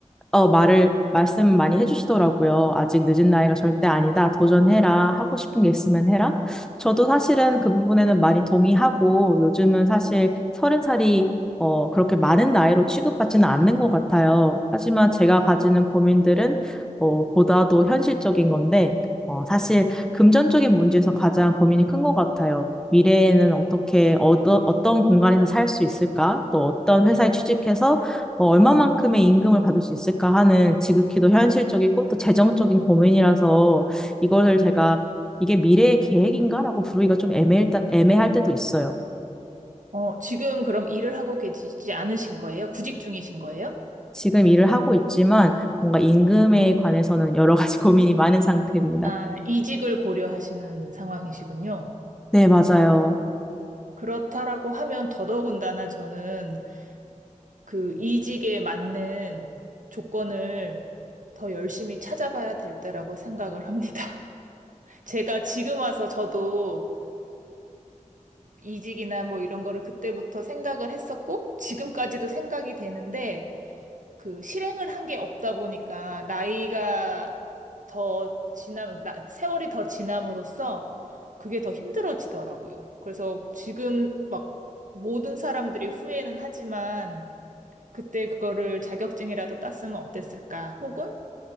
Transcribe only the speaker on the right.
어, 지금 그럼 일을 하고 계시지 않으신 거예요? 구직 중이신 거예요?
아, 이직을 고려하시는 상황이시군요.
그렇다라고 하면 더더군다나 저는 그 이직에 맞는 조건을 더 열심히 찾아봐야 될 때라고 생각을 합니다. <laughs> 제가 지금 와서 저도 이직이나 뭐 이런 거를 그때부터 생각을 했었고, 지금까지도 생각이 되는데, 그 실행을 한 게 없다 보니까 나이가 더 지나면 나, 세월이 더 지남으로써 그게 더 힘들어지더라고요. 그래서 지금 막 모든 사람들이 후회는 하지만 그때 그거를 자격증이라도 땄으면 어땠을까? 혹은